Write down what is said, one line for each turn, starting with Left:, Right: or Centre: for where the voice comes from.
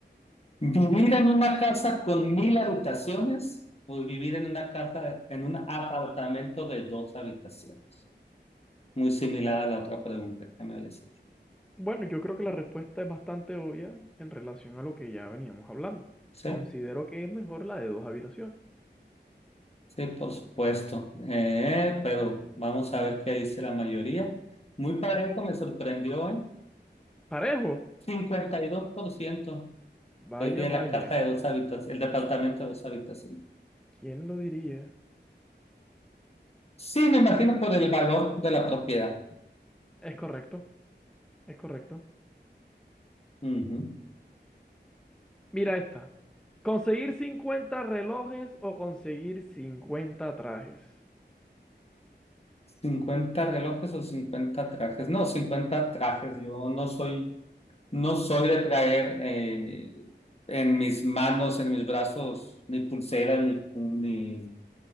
Left: ¿Vivir en una casa con mil habitaciones o vivir en una casa, en un apartamento de dos habitaciones? Muy similar a la otra pregunta que me habías hecho.
Centre: Bueno, yo creo que la respuesta es bastante obvia en relación a lo que ya veníamos hablando.
Left: Sí,
Centre: Considero que es mejor la de dos habitaciones.
Left: sí, por supuesto. Eh, pero vamos a ver qué dice la mayoría. Muy parejo, me sorprendió, ¿eh?
Centre: Parejo.
Left: 50 52%
Centre: Vaya,
Left: prefiere
Centre: vaya.
Left: la casa de dos habitaciones, el departamento de dos habitaciones.
Centre: ¿Quién lo diría?
Left: Sí, me imagino por el valor de la propiedad.
Centre: Es correcto, es correcto.
Left: Ujú.
Centre: Mira esta. ¿Conseguir 50 relojes o conseguir 50 trajes?
Left: 50 relojes o 50 trajes. No, 50 trajes. Yo no soy, no soy de traer eh, en mis manos, en mis brazos, ni pulseras, ni, ni,